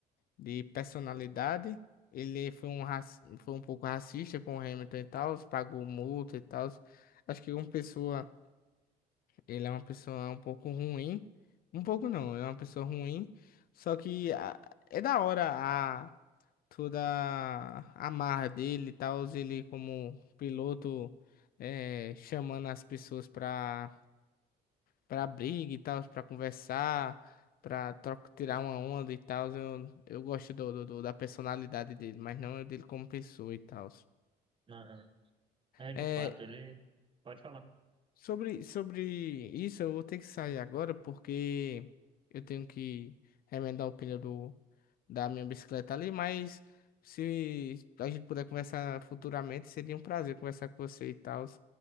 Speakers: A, on the left; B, on the right.
A: de personalidade. Ele foi um, raci- foi um pouco racista com o Hamilton e tal, pagou multa e tal. Acho que uma pessoa. Ele é uma pessoa um pouco ruim. Um pouco não, ele é uma pessoa ruim. Só que a- é da hora a toda a marra dele e tal, ele como piloto é, chamando as pessoas pra, pra briga e tal, pra conversar, pra troca, tirar uma onda e tal. Eu, eu gosto do, do- do- da personalidade dele, mas não é dele como pessoa e tal.
B: Aham. É, de
A: É,
B: fato, ele pode falar.
A: Sobre, sobre isso, eu vou ter que sair agora porque eu tenho que remendar o pneu do, da minha bicicleta ali, mas se a gente puder conversar futuramente, seria um prazer conversar com você e tal.